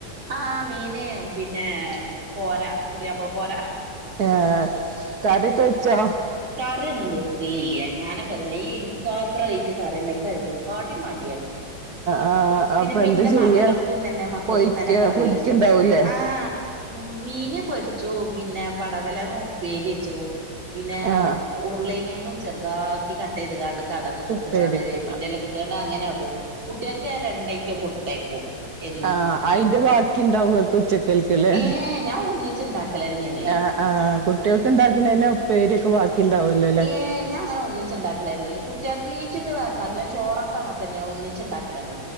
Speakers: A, on the right; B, on the right.
A: ആഹ് മീന് പിന്നെ കോരാ പുതിയാപ്ല കോരാ
B: ഏ കറിയൊക്കെ വെച്ചോ
A: കറിയൊന്നും വെക്കലില്ല ഞാനപ്പം തന്നെ ഈ പാത്ര ആയിറ്റ് കറി ഉണ്ടക്കാന്ന് അതിനെ കാട്ടിയും മടിയാണ്
B: ആ
A: പിന്നെ
B: അപ്പൊ
A: ഇപ്പ
B: എന്താ
A: എന്റെ
B: ചെയ്യാ
A: മക്കൾക്കും ഇന്ന്തന്നെ മക്ക ക്കുന്നനക്കെ
B: പൊരിക്ക
A: കറിയൊന്നും
B: പൊരിക്കുണ്ടാവൂലേ
A: ഇഷ്ടോന്ന ആഹ് മീന് പൊരിച്ചു പിന്നെ പടവലങ്ങ ഉപ്പേരി വെച്ചു പിന്നെ
B: ആ
A: ഉരുളകിയങ്ങും ചെറുതാക്കി കട്ട് ചെയ്ത് കാണ്ട് കടക്ക്കേ
B: ഉപ്പേരിക്ക്
A: ഇട്ടാണ്ട് വേപ്പിൻന്റെ
B: ആ
A: ഇല എല്ലാം കെട്ടുകാണ്ട് അങ്ങനെയ ഉള്ള കുട്ടികൾക്ക് ഞാന് രണ്ട് ഐറ്റം കൊടുത്ത തേക്കൂ എ
B: ആഹ് അതിന്റെ ബാക്കിയുണ്ടാവും ഇങ്ങക്ക് ഉച്ചക്ക് കഴിക്കാൻ ല്ലേ
A: ഏ ഞാൻ ഒന്നിച്ചുണ്ടാക്കലന്നെയാണ്
B: ആഹ് ആഹ് കുട്ടികൾക്ക് ഉണ്ടാക്കുന്നെൻ്റെ ഉപ്പേരിയൊക്കെ ബാക്കി ഉണ്ടാവുമല്ലോ അല്ലേ
A: ഏയ് ഞാൻ അങ്ങനെ ഒന്നിച്ചി ഉണ്ടാക്കലായിരുന്നു ഈ കുട്ടിയാക്കിച്ചിട്ട് വേറെണ്ടാക്കല അങ്ങ തന്നെ ഒന്നിച്ച് ഇണ്ടാക്കലാണ്